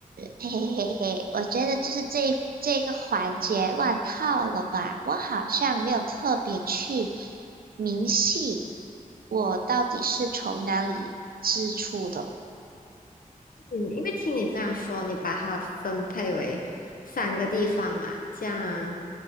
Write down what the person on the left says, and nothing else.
嗯，因为听你这样说，你把它分配为三个地方嘛，这样